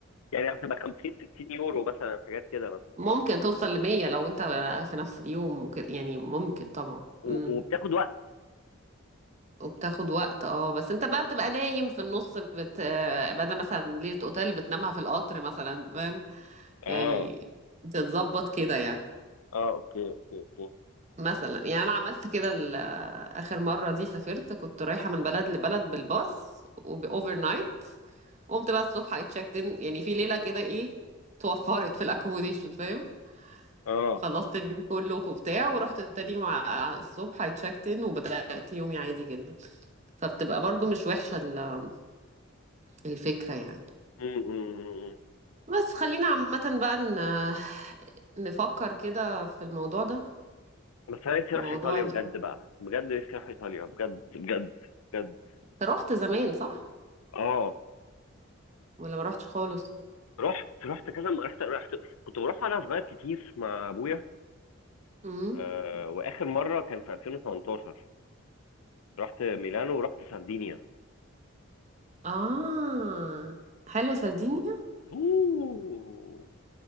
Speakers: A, on the left; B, on the right.
A: يعني هتبقى 50 60 يورو مثلا حاجات كده مثلا
B: ممكن
A: صح؟
B: توصل لمية لو انت في نفس اليوم وكده يعني ممكن طبعا
A: و-
B: امم
A: وبتاخد وقت
B: وبتاخد وقت اه بس انت بقى بتبقى نايم في النص بت بدل مثلا ليلة اوتيل بتنامها في القطر مثلا فاهم
A: اه
B: يعني بتتظبط كده يعني
A: اه اوكي اوكي اوكي
B: مثلا يعني انا عملت كده ال- اخر مره دي سافرت كنت رايحه من بلد لبلد بالباص وباوفر نايت قمت بقى الصبح اي تشيكت ان يعني في ليله كده ايه توفرت في الاكوموديشن فاهم
A: اه
B: خلصت اليوم كله وبتاع ورحت تاني يوم ع- ع- الصبح اي تشيكت ان وبدات يومي عادي جدا فبتبقى برضو مش وحشه ال- الفكره يعني
A: م- م- م- م.
B: بس خلينا عامه بقى ن- نفكر كده في الموضوع ده
A: بس انا نفسي
B: في
A: اروح
B: موضوع
A: ايطاليا
B: ال-
A: بجد بقى بجد نفسي اروح ايطاليا بجد بجد بجد
B: انت رحت زمان صح
A: اه
B: ولا ما رحتش خالص
A: رحت رحت كذا م- رحت رحت كنت بروح وانا صغير كتير مع ابويا
B: امم
A: آه واخر مره كان في 2018 رحت ميلانو ورحت سردينيا
B: اه حلوة سردينيا
A: اوه